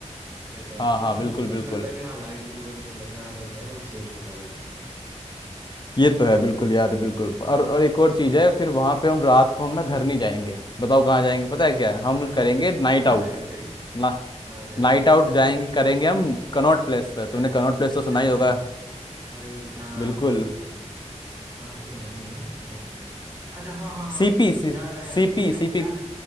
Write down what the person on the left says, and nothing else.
हाँ
हाँ बिल्कुल
बिल्कुल
ये तो है बिल्कुल यार बिल्कुल और और एक और चीज़ है फिर वहाँ पे हम रात को हम ना घर नहीं जाएंगे बताओ कहाँ जाएंगे पता है क्या हम
करेंगे नाइट
आउट
ना
नाइट आउट जाएंगे करेंगे हम कनॉट प्लेस पे तुमने
कनॉट प्लेस तो सुना ही
होगा
बिल्कुल
सीपी
सीपी
सीपी